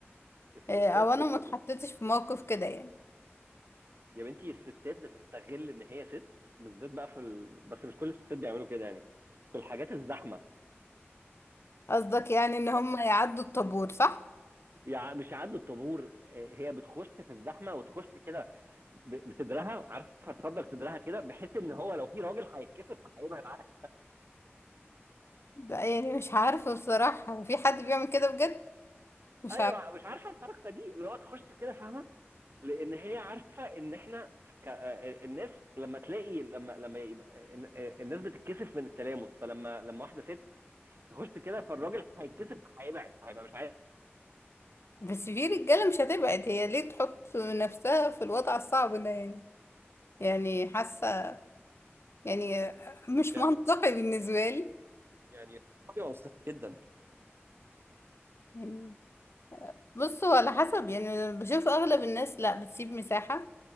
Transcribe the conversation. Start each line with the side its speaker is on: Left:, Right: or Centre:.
Right: الستات
Left: آه، او انا
Right: بت...
Left: ما اتحطيتش
Right: بت...
Left: في موقف كده يعني
Right: يا بنتي الستات بتستغل ان هي ست بالذات بقى في ال... بس مش كل الستات بيعملوا كده يعني في الحاجات الزحمه
Left: قصدك يعني ان هما
Right: ف
Left: يعدوا الطابور صح؟
Right: يعني مش يعدوا الطابور آه، هي بتخش في الزحمه وتخش كده ب- بصدرها عارفه تصدر صدرها كده بحيث ان هو لو في راجل هيتكسر فهيبقى معاها
Left: ده يعني مش عارفة بصراحة وفي حد بيعمل كده بجد مش
Right: ايوه مش عارفه الحركه دي اللي هو تخش كده فاهمه لان هي عارفه ان احنا ك... آه، آه، الناس لما تلاقي لما لما يبقى آه، آه، الناس بتتكسف من التلامس فلما لما واحده ست تخش كده فالراجل هيتكسف هيبعد هيبقى مش عارف
Left: بس في رجالة مش هتبعد هي ليه تحط نفسها في الوضع الصعب ده يعني يعني حاسة يعني مش
Right: ده
Left: منطقي بالنسبة لي
Right: يعني بيبقى مستفز جدا
Left: يعني بص هو على حسب يعني بشوف أغلب الناس لا بتسيب مساحة